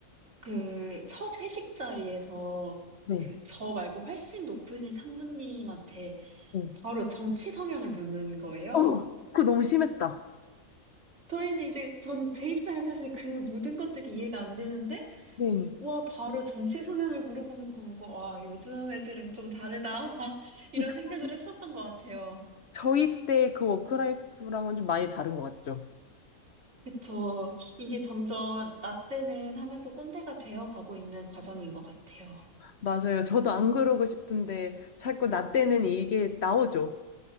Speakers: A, on the right; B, on the left.
A: 그 첫 회식 자리에서
B: 네.
A: 그 저 말고 훨씬 높으신 상무님한테
B: 네.
A: 바로 정치 성향을 묻는 거예요.
B: 어머, 그거 너무 심했다.
A: 저희는 이제 전 제 입장에서 사실 그 모든 것들이 이해가 안 되는데
B: 네.
A: 와 바로 정치 성향을 물어보는 거 보고 와 요즘 애들은 좀 다르다 <laughs> 이런
B: 그 저희,
A: 생각을 했었던 것 같아요.
B: 저희 때 그 워크라이프랑은 좀 많이 다른 것 같죠?
A: 그쵸. 이게 점점 나 때는 하면서 꼰대가 되어 가고 있는 과정인 것 같아요. <laughs>
B: 맞아요. 저도 안 그러고 싶은데 자꾸 나 때는 이게 나오죠.